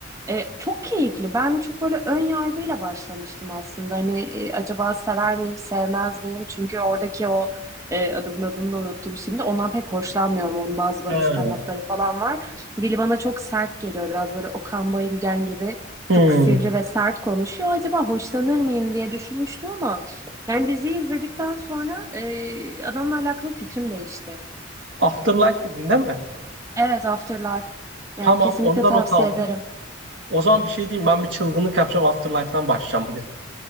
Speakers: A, on the right (about 15°); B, on the right (about 70°).
A: E, çok keyifli. Ben çok böyle ön yargıyla başlamıştım aslında. Hani e, acaba sever miyim, sevmez miyim? Çünkü oradaki o e, adamın adını da unuttum şimdi. Ondan pek hoşlanmıyorum. Onun bazı böyle
B: He.
A: stand-up'ları falan var. Dili bana çok sert geliyor. Biraz böyle Okan Bayülgen gibi
B: Hmm.
A: çok sivri ve sert konuşuyor. Acaba hoşlanır mıyım diye düşünmüştüm ama yani diziyi izledikten sonra e, adamla alakalı fikrim değişti.
B: Afterlife dedin değil mi?
A: Evet, Afterlife. Yani
B: Tamam,
A: kesinlikle
B: onu da
A: tavsiye
B: not aldım.
A: ederim.
B: O zaman bir şey diyeyim. Ben bir çılgınlık yapacağım. Afterlife'dan başlayacağım bugün.